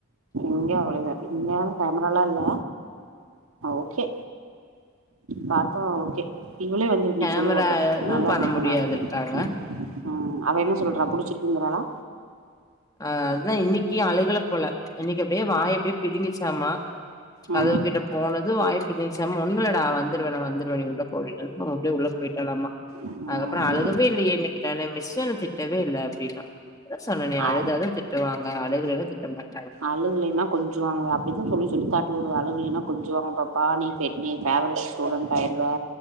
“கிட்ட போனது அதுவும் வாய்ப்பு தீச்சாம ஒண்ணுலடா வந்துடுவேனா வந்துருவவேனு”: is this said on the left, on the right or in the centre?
Left